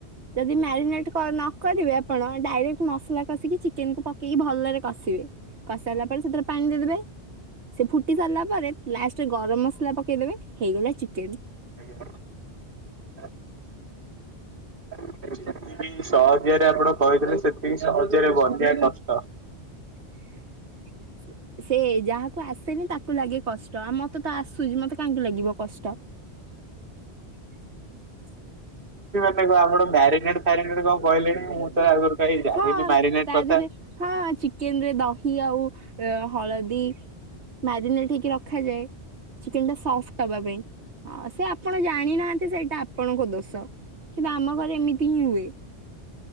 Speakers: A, on the right; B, on the right.
A: ଯଦି ମ୍ୟାରିନେଟ କ ନ କରିବେ ଆପଣ। ଡାଇରେକ୍ଟ ମସଲା କଷିକି ଚିକେନକୁୁ ପକେଇକି ଭଲରେ କସି ବେ କସି ଶାରିଲା ପରେ ସେଥିରେ ପାଣି ଦେଇଦେବେ। ସେ ଫୁଟି ସାରିଲା ପରେ ଲାଷ୍ଟରେ ଗରମ ମସଲା ପକେଇଦେବେ ହେଇଗଲା ଚିକେନ।
B: ଆଜ୍ଞା। <inaudible> <inaudible> ଯେତିକି ସହଜରେ ଆପଣ କହିଦେଲେ। ସେତିକି ସହଜରେ ବନେଇବା କଷ୍ଟ। <inaudible>
A: <inaudible> ସେ ସେ ଯାହାକୁ ଆସେନି ତାକୁ ଲାଗେ କଷ୍ଟ ଆମତ ତ ଆସୁଛି ମତେ କାହିଁକି ଲାଗିବ କଷ୍ଟ। <inaudible>
B: <unintelligible> ମ୍ୟାରିକେଡ଼ ଫ୍ୟାରିକେଡ କଣ କହିଲେଣି ମୁଁ ତ ଆଗରୁ କାଇଁ ଜାଣିନି
A: ହଁ
B: ମ୍ୟାରିନେଟ
A: ତା
B: କଥା।
A: ଦେହରେ ହଁ ଚିକେନ ରେ ଦହି ଆଉ ହଳଦୀ ମ୍ୟାରିନେଟ ହେଇକି ରଖାଯାଏ। ଚିକେନ ଟା ସଫ୍ଟ ହବା ପାଇଁ ହଁ ସେ ଆପଣ ଜାଣିନାହାନ୍ତି ସେଇଟା ଆପଣଙ୍କ ଦୋଷ। କିନ୍ତୁ ଆମ ଘରେ ଏମିତି ହିଁ ହୁଏ।